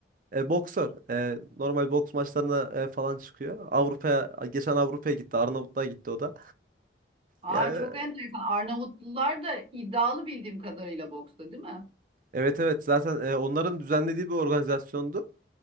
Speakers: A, on the right (about 50°); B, on the right (about 30°).
A: E, boksör. E, normal boks maçlarına e, falan çıkıyor. Avrupa'ya, geçen Avrupa'ya gitti. Arnavutluğa gitti o da.
B: Aa
A: Yani,
B: çok enteresan. Arnavutlular da iddialı bildiğim kadarıyla boksta, değil mi?
A: evet evet zaten e, onların düzenlediği bir organizasyondu.